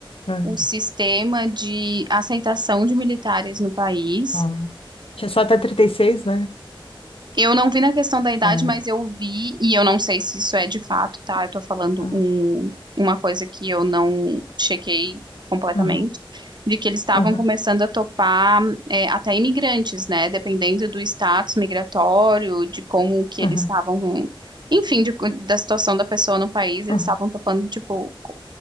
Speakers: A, on the left; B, on the right.
A: É.
B: o sistema de aceitação de militares no país.
A: Ah. Que é só até trinta e seis né?
B: Eu não vi na questão da idade,
A: É.
B: mas eu vi, e eu não sei se isso é de fato, tá? Eu tô falando
A: Ah,
B: um- uma coisa que eu não chequei completamente,
A: aham,
B: de que eles estavam
A: aham,
B: começando a topar é, até imigrantes, né? Dependendo do status migratório, de como que
A: aham,
B: eles estavam, enfim, de co- da situação da pessoa no país, eles
A: aham,
B: estavam topando, tipo, co-